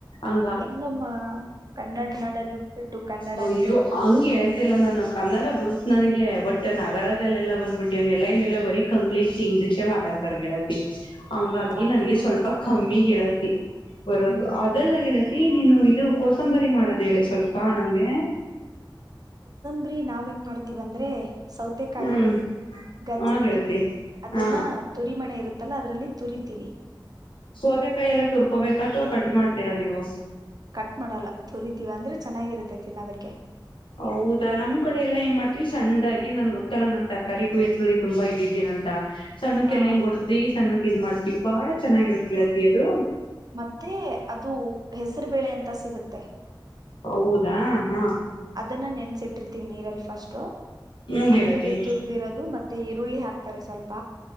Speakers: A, on the left; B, on the right.
A: <unintelligible>
B: ಹೆಂಗಮ್ಮ ಕನ್ನಡ ನಾಡಲ್ಲಿ ಹುಟ್ಬಿಟ್ಟು ಕನ್ನಡ
A: ಅಯ್ಯೋ
B: ನೀರ್ ಕುಡ್ದ್ಬಿಟ್ಟು
A: ಹಂಗ ಹೇಳ್ತಿಲ್ಲ ನಾನು ಕನ್ನಡ ಬರುತ್ ನನಗೆ ಬಟ್ ನಗರ. ಅಲ್ಲೆಲ್ಲ ಬಂದಬ್ಬಿಟ್ಟಿ ಅವ್ ಎಲ್ಲ ಬರಿ ಕಂಗ್ಲೀಷ್ ಇಂಗ್ಲಿಷೆ ಮಾತಡ್ತಾರೆ ಗೆಳ ತಿ ಹಂಗಾಗಿ
B: ಓ ಅದನ್ನು
A: ನನ್ಗೆ ಸ್ವಲ್ಪ
B: ನಿಜ ಬಿಡು.
A: ಕಮ್ಮಿ ಗೆಳತಿ ಬರೋದು
B: ಹ್ಮ್
A: ಅದೆಲ್ಲ ಗೆಳತಿ. ನೀನು ಇದು ಕೋರ್ಸ್. ಕೊತ್ತಂಬರಿ
B: ಹ್ಮ್
A: ಮಾಡೋದ ಹೇಳೆ ಸ್ವಲ್ಪ ನನಗೆ.
B: ಬ್ರಿ ನಾವ್ ಹೆಂಗ ಮಾಡ್ತೀವಿ ಅಂದ್ರೆ. ಸೌತೆಕಾಯಿ
A: ಹ್ಮ್
B: ಗಜ್ಜರಿ
A: ಹಾ ಗೆಳತಿ
B: ಅದನ್ನ
A: ಹಾ
B: ತುರಿಮನೆ ಇರು ಅಲ್ಲ ಅದ್ರಲ್ಲಿ ತುರಿತೀವಿ.
A: ಸೋತೆ ಕಾಯಿ ಎಲ್ಲ ತುರ್ಕೋಬೇಕ ಅಥವಾ. ಕಟ್ ಮಾಡ್ತೀರಾ ನೀವು.
B: ಕಟ್ ಮಾಡಲ್ಲ ತುರಿತೀವಿ ಅಂದ್ರೆ ಚೆನ್ನಾಗಿರುತ್ತೆ ತಿನ್ನದಕ್ಕೆ.
A: ಹೌದಾ ನಮ್ ಕಡೆ ಎಲ್ಲಾ ಏನ್ ಮಾಡ್ತಿವಿ ಸಣ್ಣದಾಗಿ ನನ್ ಗೊತ್ತಲ್ಲ ನನ್ ತರಕಾರಿ ಕುಯ್ಯತ್ತ ತುಂಬಾ ಇದಿದ್ದೀನಂತ. ಸಣ್ಣಕೆಲ್ಲ
B: ಹಾ
A: ಹಿಂಗೊಡ್ದಿವಿ ಸಣ್ಣ ಕ್ಕಿದ್ ಮಾಡ್. ಬಹಳ ಚೆನ್ನಾಗಿರುತ್ತೆ. ಕಳತಿಯದು.
B: ಮತ್ತೆ ಅದು ಹೆಸರುಬೇಳೆ ಅಂತ ಸಿಗು. ತ್ತೆ.
A: ಹೌದಾ ಹಾ
B: ಅದನ್ನ ನೆನ್ಸಿಟ್ಟಿರ್ತೀವಿ ನೀರಲ್ಲಿ ಫಸ್ಟ್
A: ಹ್ಮ್
B: ಆಮೇಲೆ
A: ಗೆಳತಿ
B: ಇದು ತುರ್ದಿರೋದು ಮತ್ತೆ ಉಳ್ಳಿ ಹಾಕ್ತಾರೆ ಸ್ವಲ್ಪ.